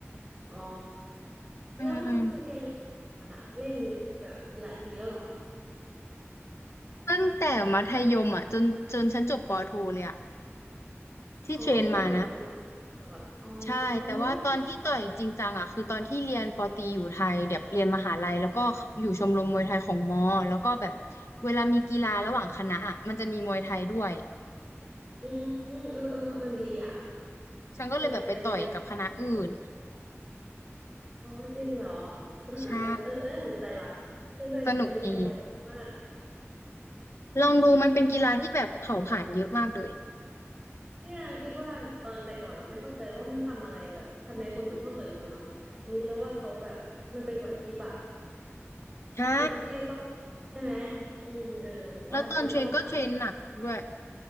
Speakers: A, on the right; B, on the left.
A: อ๋อ
B: อืมอืม
A: แล้วมันคือแกเรียนมายังอ่ะเล่นแบบหลายปีแล้วเหรอ
B: ตั้งแต่มัธยมอ่ะจนจนฉันจบปอโทเลยอ่ะที่เทรนมานะ
A: อ๋อก็คือต่อยมวยตลอดอ๋อ
B: ใช่แต่ว่าตอนที่ต่อยจริงจังอ่ะคือตอนที่เรียนปอตรีอยู่ไทยแบบเรียนมหาลัยแล้วก็อยู่ชมรมมวยไทยของมอแล้วก็แบบ
A: อุ้ย
B: เวลามีกีฬาระหว่างคณะอ่ะมันจะมีมวยไทยด้วย
A: อืมอืมเออเออ มันดีอ่ะ
B: ฉันก็เลยแบบไปต่อยกับคณะอื่น
A: เคยอยากไปเรียนมากเลยอ๋อจริงเหรอ <laughs>
B: ใช่
A: เออเออน่าสนใจว่ะคือเคยอยากไปเรียนต่อยมวยมาก
B: สนุกดี
A: <coughs>
B: ลองดูมันเป็นกีฬาที่แบบเผาผลาญเยอะมากเลย
A: มันเนี่ยคิดว่าตอนแต่ก่อนอะไม่เข้าใจว่ามันทำอะไรแบบทำไมคนถึงชอบต่อยมวยเนาะรู้แล้วว่าเขาแบบมันเป็นไหวพริบอะ
B: ใช่
A: ไอ้ที่ต้องใช่ไหมอืมเออหรือว่าจะต้องหา
B: แล้วตอนเทรนก็เทรนหนักด้วย